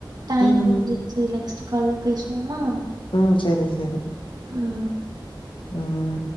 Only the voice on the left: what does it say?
ம்
ம் சேரி சேரி
ம்